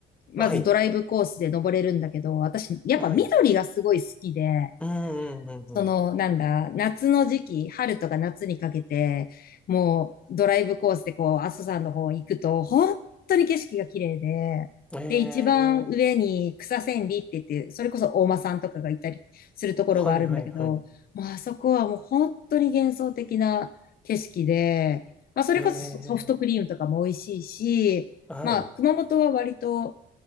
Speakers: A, on the left; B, in the centre.
A: まずドライブコースで登れるんだけど、
B: はい、
A: 私、やっぱ緑がすごい好きで、
B: はい。うんうんうん
A: その、なんだ、夏の時期、春とか夏にかけて、もうドライブコースでこう、阿蘇山の方行くと、本当に景色が綺麗で、
B: うん。ええ
A: で、一番上に草千里って言って、それこそ大間さんとかがいたりするところがあるんだけど、
B: はいはいはい。
A: もうあそこはもう本当に幻想的な景色で、まあ、それこそソフトクリームとかも美味しいし、
B: ええはい。
A: まあ、熊本は割と